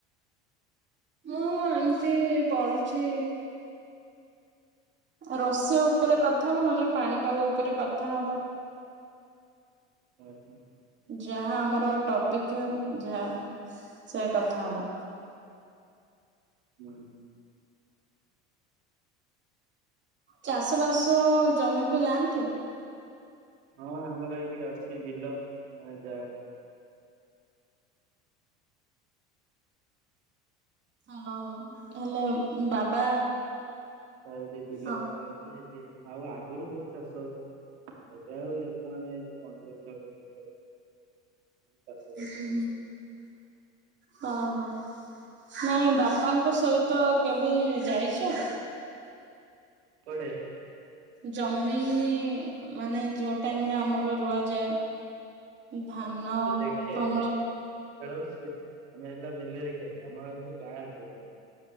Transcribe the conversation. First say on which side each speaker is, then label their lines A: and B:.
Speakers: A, on the right; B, on the right.
A: ମୁଁ ଏମିତି ପଢୁଛି ରୋଷେଇ ଉପରେ କଥା ହବ ନହେଲେ ପାଣିପାଗ ଉପରେ କଥା ହବ
B: ହ ହୋ
A: ଯାହା ଆମର ଟପିକ ଯାହା ସେ କଥା ହବା
B: ବ
A: ଚାଷ ବାସ ଜମିକୁୁ ଯାଆନ୍ତି
B: ହଁ ଆମର ଏଇଠି ଅଛି ବିଲ ଆମେ ଯାଉ
A: ହଁ ହ ହେଲେ ବାବା
B: ତଠି ବିଲ
A: ହଁ।
B: ଫିଲା ଅଛି ସେଠି ଆଉ ଆଗରୁ ବହୁତ ଚାଷ ହଉଥିଲା ଏବେ ଆଉ କ କଣ୍ଟ୍ରୋଲ ଚଛି କରୁନାହାନ୍ତି
A: ହ ହଁ
B: ଆଉ।
A: ହଁ ହଁ ନାଇଁ ବାପାଙ୍କ ସହିତ କେବେ ଯାଇଛ
B: ପଡ଼େ।
A: ଜମି ମାନେ ଯୋଉ ଟାଇମ ରେ ଆମର ରୁଆଯାଏ । ଧାନ
B: ହଁ ମୁଁ ତ ଦେଖେ
A: ଅମଳ।
B: ଆମର ଯୋଉଠି ଖେଳ ସେ ଆମେ ହେଲା ବିଲେରେ ଖେଳ ଆମ ହଉଛି ଗାଁରେ ଖେଳ <unintelligible>